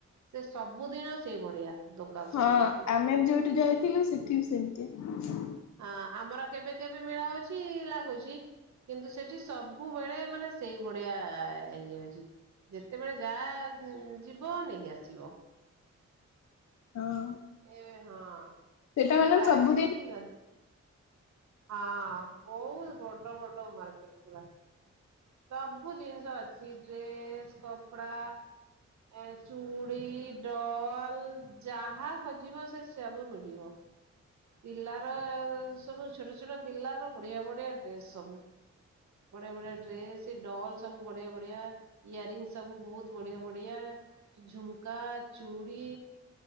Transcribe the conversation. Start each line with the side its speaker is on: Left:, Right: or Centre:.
Right: ସେ ସବୁଦିନ ସେଇ ଭଳିଆ। ଦୋକାନ
Left: ହଁ,
Right: ସବୁ ଲାଗିଛି
Left: ଆମେ ବି ଯୋଉଠି ଯାଇଥିଲୁ ସେଠି ବି ସେମିତିଆ।
Right: ହଁ ଆମର କେବେ କେବେ ମେଳା ହଉଛି ଲାଗୁଛି। କିନ୍ତୁ ସେଠି ସବୁବେଳେ ମାନେ ସେଇ ବଡିିଆ ଇଏ ହେଇଛି। ଯେତେବେଳେ ଯା ଯିବ ନେଇକି ଆସିବ।
Left: ହଁ।
Right: ଏ ହଁ
Left: ସେଟା
Right: ସେ
Left: ମାନେ
Right: ପ୍ରାୟଜ
Left: ସବୁଦିନ
Right: ବି ଠିକଅଛି। ହଁ ବହୁତ ବଡ ବଡ ମାର୍କେଟ ପୁରା ସବୁ ଜିନିଷ ଅଛି ଡ୍ରେସ କପଡା ଏ ଚୁଡ଼ି ଡଲ ଯାହା ଖୋଜିବ ସେ ସବୁ ମିଳିବ। ପିଲାର ସବୁ ଛୋଟ ଛୋଟ ପିଲାର ବଢିଆ ବଢିଆ ଡ୍ରେସ ସବୁ। ବଢିଆ ବଢିଆ ଡ୍ରେସ ଡଲ ସବୁ ବଢିଆ ବଢିଆ। ଇୟରରୀଙ୍ଗ ସବୁ ବହୁତ ବଢିଆ ବଢିଆ, ଝୁମକା, ଚୁଡ଼ି